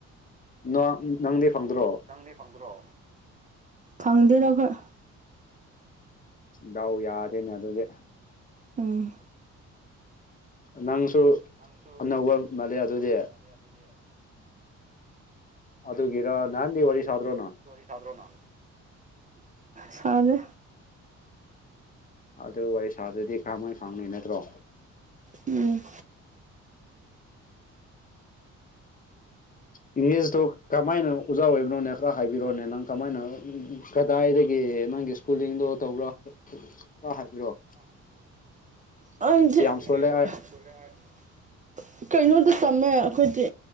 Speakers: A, on the left (about 25°); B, on the right (about 25°).
A: ꯅꯣ ꯅꯪꯗꯤ ꯐꯪꯗ꯭ꯔꯣ
B: ꯅꯪꯗꯤ ꯐꯪꯗ꯭ꯔꯣ ꯐꯪꯗꯦꯗ ꯑꯩꯈꯣꯏ
A: ꯗꯥꯎ ꯌꯥꯗꯦꯅꯦ ꯑꯗꯨꯗꯤ
B: ꯎꯝ
A: ꯅꯪꯁꯨ
B: ꯅꯪꯁꯨ
A: ꯑꯅꯧꯕ ꯃꯥꯜꯂꯦ
B: ꯑꯅꯧꯕ
A: ꯑꯗꯨꯗꯤ
B: ꯃꯥꯂꯦ ꯑꯗꯨꯗꯤ
A: ꯑꯗꯨꯒꯤꯔꯣ ꯅꯍꯥꯟꯗꯩ ꯋꯥꯔꯤ ꯁꯥꯗ꯭ꯔꯣ ꯅꯪ
B: ꯁꯥꯗ꯭ꯔꯣ ꯅꯪ ꯁꯥꯗꯦ
A: ꯑꯗꯨ ꯋꯥꯔꯤ ꯁꯥꯗꯔꯗꯤ ꯀꯔꯝꯃꯥꯏꯟ ꯐꯪꯅꯤ ꯅꯠꯇ꯭ꯔꯣ
B: ꯎꯝ
A: <unintelligible> ꯀꯃꯥꯏꯅ ꯑꯣꯖꯥ ꯑꯣꯏꯕꯅꯣꯅꯦ ꯈꯔ ꯍꯥꯏꯕꯤꯔꯣꯅꯦ ꯅꯪ ꯀꯃꯥꯏꯅ ꯀꯗꯥꯏꯗꯒꯤ ꯅꯪꯒꯤ ꯁ꯭ꯀꯨꯂꯤꯡꯗꯣ ꯇꯧꯕꯔꯥ ꯈꯔ ꯍꯥꯏꯕꯤꯔꯛꯑꯣ
B: <unintelligible>
A: ꯁꯣꯜꯂꯦ
B: ꯀꯩꯅꯣꯗ ꯇꯝꯃꯦ ꯑꯈꯣꯏꯗꯤ